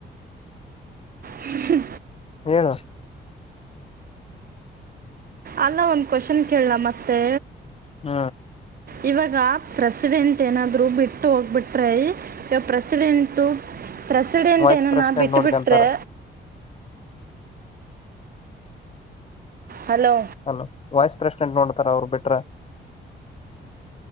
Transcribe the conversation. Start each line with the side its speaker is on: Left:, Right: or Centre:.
Right: ಹ್ಮ
Left: ಏನು.
Right: ಅಲ್ಲ ಒಂದ್ ಕ್ವಶನ್ ಕೇಳಲ ಮತ್ತೆ.
Left: ಹ್ಮ್
Right: ಇವಾಗ ಪ್ರೆಸಿಡೆಂಟ್ ಏನಾದ್ರು ಬಿಟ್ಟು ಹೋಗ್ಬಿಟ್ರೆ ಇವ ಪ್ರೆಸಿಡೆಂಟ್. ಪ್ರೆಸಿಡೆಂಟ್
Left: ವೈಸ್
Right: ಏನನ
Left: ಪ್ರೆಸಿಡೆಂಟ್
Right: ಬಿಟ್ಟಬಿಟ್ರೆ.
Left: ನೋಡ್ಕೊಂತಾರ
Right: ಹಲೋ
Left: ಅಲೋ ವೈಸ್ ಪ್ರೆಸಿಡೆಂಟ್ ನೋಡ್ತಾರ ಅವರು ಬಿಟ್ರಾ.